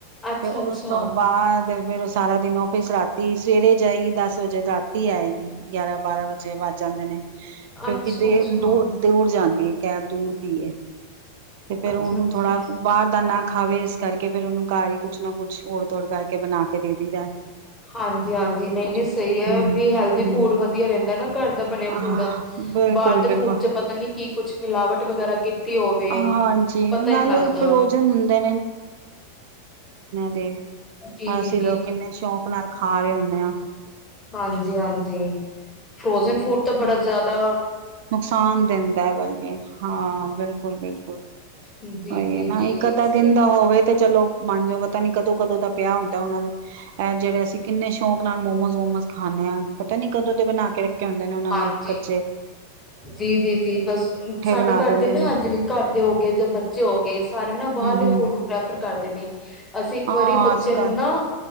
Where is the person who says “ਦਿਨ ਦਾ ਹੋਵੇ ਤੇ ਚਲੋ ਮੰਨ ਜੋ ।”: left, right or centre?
Right